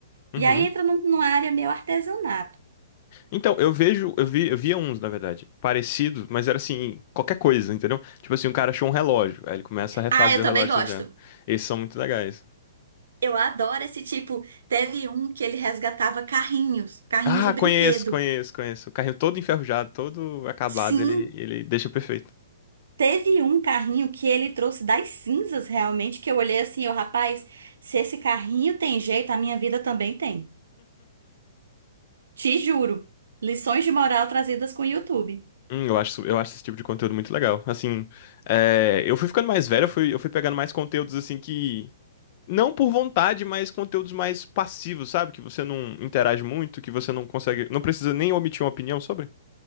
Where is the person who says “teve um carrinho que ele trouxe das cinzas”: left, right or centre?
Right